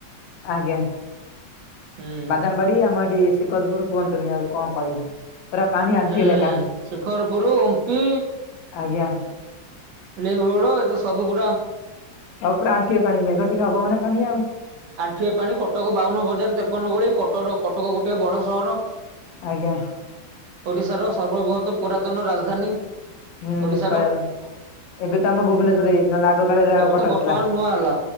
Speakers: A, on the left; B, on the right.
A: ଆଜ୍ଞା
B: ହୁଁ
A: ବାଦାମବାଡ଼ି ଆମର ଏଠି ଶିକରପୁର କୁହନ୍ତୁନି ଆଉ କଣ କହିବି। ପୁରା ପାଣି ଆଣ୍ଠିଏ
B: ହୁଁ
A: ଲେଖା
B: ଶିଖରପୁର ଓମ୍ପି।
A: ଆଜ୍ଞା।
B: ପ୍ଲେଗରୋଡ ଏତ ସବୁ ପୁରା- -
A: ଆଉକ୍ରା। ପାଣି ଗଟିକ ମେଘ ଟିକେ ହବ। <unintelligible>
B: ଆଣ୍ଠୁଏ ପାଣି କଟକ ବାଉନ ବଜାର ତେପନ ଗୋଳି କଟର କଟକ ଗୋଟିଏେ ବଡ ସହର।
A: ଆଜ୍ଞା
B: ଓଡିଶାର ସର୍ବବୃହତ ପୁରାତନ ରାଜଧାନୀ।
A: ହୁଁ
B: ଓଡିଶାର
A: କହିବାକୁ, ଏବେ ତ ଆମ ଭୁବନେଶ୍ୱରରେ ହେଇଛି ଆଗ କାଳରେ
B: ଏବେ
A: ଆଉ କଟକ
B: ତ ବର୍ତ୍ତମାନ
A: ଥିଲା।
B: ନୂଆ ହେଲା।